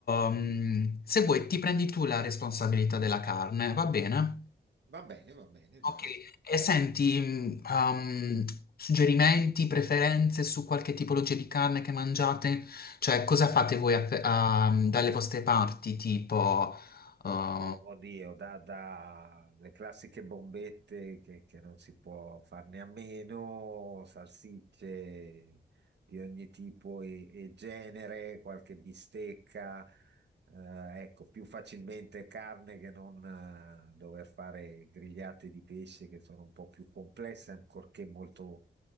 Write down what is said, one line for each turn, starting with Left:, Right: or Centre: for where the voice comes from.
Left: ehm, se vuoi, ti prendi tu la responsabilità della carne, va bene?
Right: va bene, va bene,
Left: Ok,
Right: dai.
Left: e senti, mh, um, suggerimenti, preferenze su qualche tipologia di carne che mangiate? Cioè, cosa fate voi a Fe- a- mm, dalle vostre parti, tipo, uh,
Right: Oddio, da, da le classiche bombette che, che non si può farne a meno, salsicce di ogni tipo e, e genere, qualche bistecca, eh, ecco, più facilmente carne che non eh, dover fare grigliate di pesce che sono un po' più complesse, ancorché molto,